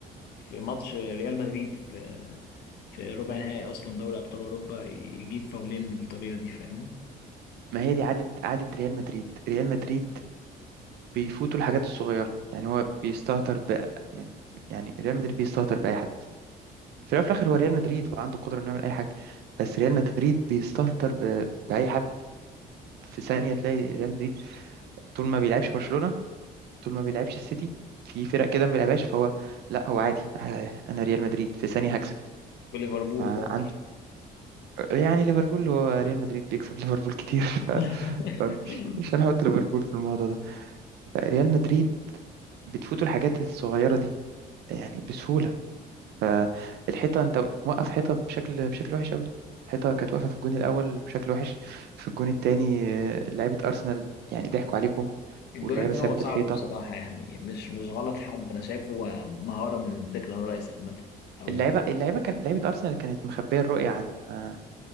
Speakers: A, on the left; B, on the right.
A: في ماتش ريال مدريد في في ربع نهائي أصلا دوري أبطال أوروبا يجيب فاولين بالطريقة دي فاهمني
B: ما هي دي عاده عاده ريال مدريد ريال مدريد بيفوتوا الحاجات الصغيره يعني هو بيستهتر ب... يعني ريال مدريد بيستهتر باي حد في الأول وفي الآخر هو ريال مدريد وعنده القدرة إنه يعمل أي حاجة بس ريال مدريد بيستهتر ب... بأي حد في ثانية تلاقي ريال مدريد طول ما بيلعبش برشلونة طول ما بيلعبش السيتي في فرق كده ما بيلعبهاش فهو لا هو عادي آه، أنا ريال مدريد في ثانية هكسب
A: في ليفربول
B: مع
A: برضه
B: عنده يعني ليفربول هو ريال مدريد بيكسب ليفربول كتير <laughs> ف...
A: <laughs>
B: فمش مش هنحط ليفربول في الموضوع ده ريال مدريد بتفوتوا الحاجات الصغيرة دي يعني بسهولة فالحيطه انت موقف حيطه بشكل بشكل وحش قوي الحيطه كانت واقفه في الجون الاول بشكل وحش في الجون الثاني لعيبه ارسنال يعني ضحكوا عليكم
A: الجون
B: واللعيبه
A: التاني
B: سابت
A: هو صعب
B: الحيطه
A: بصراحة يعني مش مش غلط حد أنا شايفه مهارة من ديكلان رايس عامة أو
B: اللعيبه اللعيبه كان لعيبه ارسنال كانت مخبيه الرؤيه عن آه،